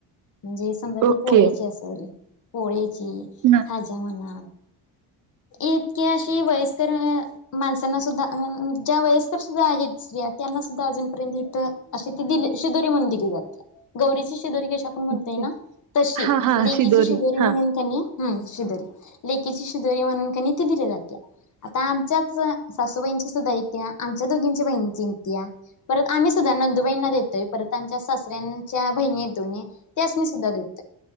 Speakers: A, on the left (about 45°); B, on the right (about 50°).
A: म्हणजे समजा
B: ओके.
A: त पोळ्याचे असे होोळी.
B: हां.
A: खाजा म्हना. इतके अशी वयस्कर माणसांना सुद्धा ज्या वयस्कर सुद्धा आहेत स्तिया त्यांना सुद्धा अजूनपर्यंत इथ अशी त दिली शिदोरी म्हणून दिली जाते गौरीची कश आपण म्हणत
B: ओके.
A: येय ना. तशी
B: हां, हां.
A: लेकीची
B: शिदोरी.
A: शदोरी
B: हां.
A: म्हणून क हम शिजरी लेकीची शिजरी म्हणून कानी ती दिली जाते आता आमच्याच सासूबाईंची सुद्धा इे आमच्या दोघींची बहिणींची इ्तीया परत आम्ही सुद्धा नंदुबाईंना देतोय परत आमच्या सासऱ्यांच्या बहिणी दोन्ही त्यास मी सुद्धा देतो.